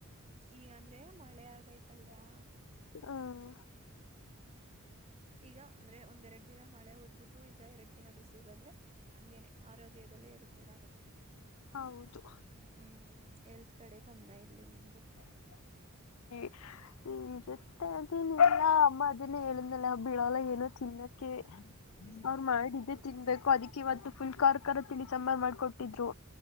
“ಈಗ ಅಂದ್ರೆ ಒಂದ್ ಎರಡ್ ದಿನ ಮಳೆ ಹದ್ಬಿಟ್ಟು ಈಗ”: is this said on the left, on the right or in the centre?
Right